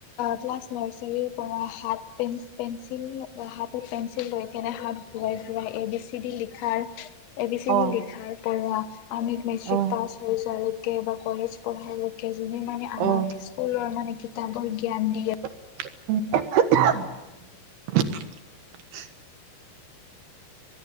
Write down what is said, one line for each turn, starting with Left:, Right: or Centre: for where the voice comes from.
Left: ক্লাছ নাৰ্চাৰি পৰা হাত পেন পেঞ্চিল হাতত পেঞ্চিল লৈ কেনে ফুৰাই ফুৰা A B C C D লিখাৰ এ বি চি
Right: অ
Left: ডি লিখাৰ পৰা আমিক মেট্ৰিক
Right: অ
Left: পাছ হৈ যোৱাৰ বা কলেজ পঢ়াৰ লৈকে যোনে মানে আমাক
Right: অ
Left: স্কুলৰ মানে কিতাপৰ জ্ঞান দিয়ে
Right: <unintelligible>